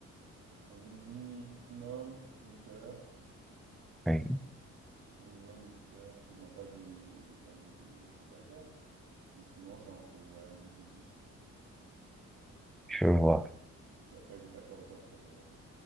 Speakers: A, on the right; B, in the centre.
A: Un Minimum 8 heures,
B: Oui,
A: minimum 8 heures. Bon, quand j'ai quand j'ai des, des trucs à faire, mais sinon c'est entre ouais, 8 et 10 quoi.
B: je vois.
A: Et puis après j'ai 14 heures pour euh,